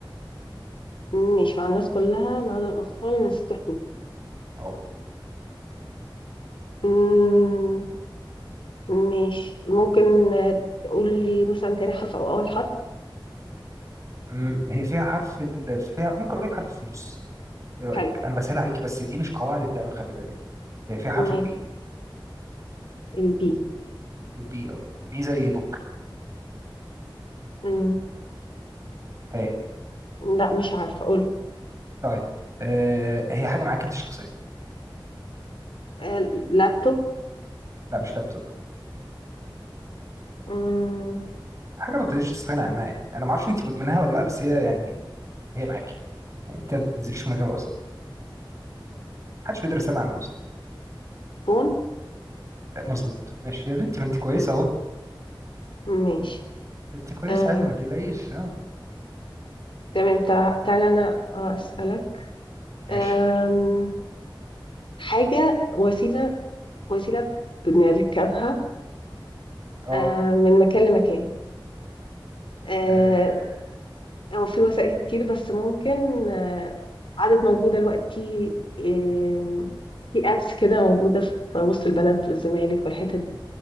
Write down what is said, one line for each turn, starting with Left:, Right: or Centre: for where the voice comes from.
Left: ماشي مع الناس كلها ما عدا الاطفال من ست
Right: اه
Left: حدود ماشي ممكن آه، تقول لي مثلا تاني حرف او اول حرف
Right: مم، هي فيها حرف ال... فيها ممكن اقول لك حرف في النص ايه رايك
Left: حلو
Right: انا بسهل عليكي بس دي مش قواعد اللعبه خلي بالك هي فيها حرف
Left: ماشي
Right: البي
Left: البي
Right: البي اه بي زي بوك
Left: مم.
Right: هي
Left: لا مش عارفه اقول
Right: طيب آه هي حاجه معاك انت شخصيا
Left: آه، لابتوب
Right: لا مش لابتوب
Left: مم.
Right: حاجه ما تقدريش تستغنى عنها يعني انا ما اعرفش انت مدمناها ولا لا بس هي يعني هي معاكي يعني انت ما بتنزليش من غيرها اصلا محدش بيقدر يستغنى عنها اصلا
Left: فون
Right: آه، مظبوط ماشي يا بنتي ما انت كويسه اهو
Left: ماشي
Right: انت كويسه
Left: آه.
Right: حلوه ما تقلقيش اه
Left: تمام تع- تعالى انا آه، اسالك
Right: ماشي
Left: آم، حاجه وسيله وسيله بنركبها
Right: اه
Left: آه، من مكان لمكان آه،
Right: آه،
Left: هو في وسائل كتير بس ممكن آه، عدد موجودة دلوقتي آم، في ابس كده موجودة في وسط البلد والزمالك والحتت دي